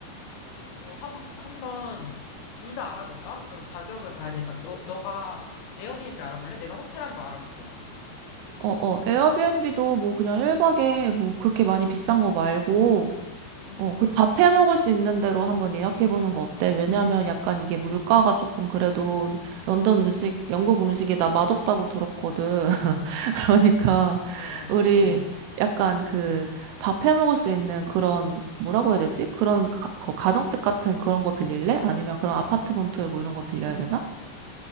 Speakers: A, on the left; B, on the right.
A: 어, 한, 한번 둘 다 알아볼까? 어떤 가격을 봐야 되니까 너, 너가 에어비앤비 알아볼래? 내가 호텔 한번 알아볼게.
B: 어, 어, 에어비앤비도 뭐 그냥 1박에 뭐 그렇게 많이 비싼 거 말고,
A: 음.
B: 어, 그리고 밥해 먹을 수 있는 대로 한번 예약해 보는 거 어때? 왜냐면 약간 이게 물가가 조금 그래도 음- 런던 음식, 영국 음식이 나 맛없다고 들었거든. <laughs> 그러니까
A: 맞아, 맞아.
B: 우리
A: 응.
B: 약간 그 밥해 먹을 수 있는 그런 뭐라고 해야 되지? 그런 가, 거- 가정집 같은 그런 거 빌릴래? 아니면 그런 아파트먼트 뭐 이런 거 빌려야 되나?